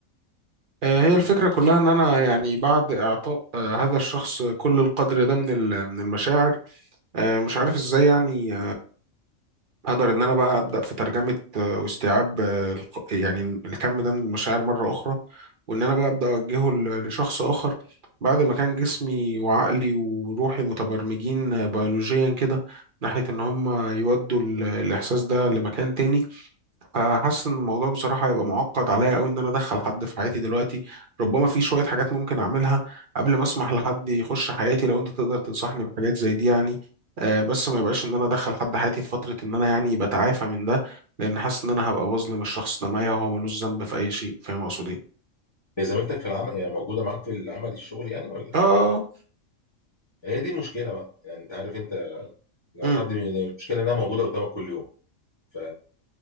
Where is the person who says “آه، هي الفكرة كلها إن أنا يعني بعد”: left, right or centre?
Right